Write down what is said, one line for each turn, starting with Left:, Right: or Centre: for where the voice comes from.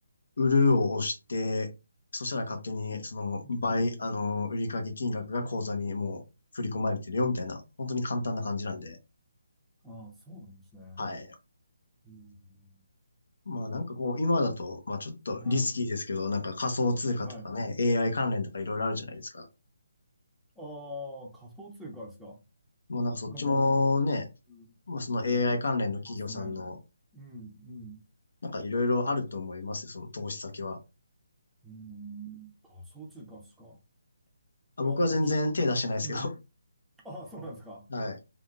Left: 売るを押して、そしたら勝手に、その、
Centre: うん。
Left: 倍、あの、売掛金額が口座にもう振り込まれてるよ、みたいな、本当に簡単な感じなんで、
Centre: ああ、そうなんですね。
Left: はい。
Centre: うん。
Left: まあなんかこう、今だと、まあちょっとリスキーですけど、
Centre: はい。
Left: なんか仮想通貨とかね、
Centre: はい。
Left: AI 関連とかいろいろあるじゃないですか。
Centre: ああ、仮想通貨ですか。
Left: もうなんかそっちもね、
Centre: なんか、うん
Left: まあその AI
Centre: い、い
Left: 関連の企業さんの、
Centre: ますね。うん、うん、
Left: なんかいろいろあると思いますよ、その投資先は。
Centre: うん。仮想通貨ですか。
Left: あ、
Centre: いや、
Left: 僕は全然手出してないですけど。
Centre: ちな、うん。ああ、そうなんですか。
Left: <laughs> はい。